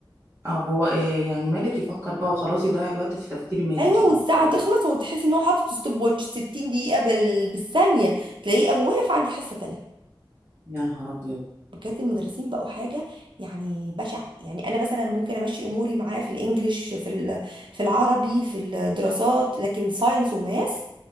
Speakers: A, on the right; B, on the right.
A: اه هو إيه يعني مالك يفكر بقى وخلاص يضيع الوقت في تفكير مالك
B: ايوه
A: يعني
B: والساعه
A: طبعا
B: تخلص وتحس ان هو حاطط ستوب واتش 60 دقيقه بال... بالثانيه تلاقيه قام واقف عندي حصه تانية
A: يا نهار ابيض
B: بجد المدرسين بقوا حاجة يعني بشعة يعني أنا مثلا ممكن أمشي أموري معاه في الإنجليش في ال- في العربي في الدراسات لكن ساينس وماس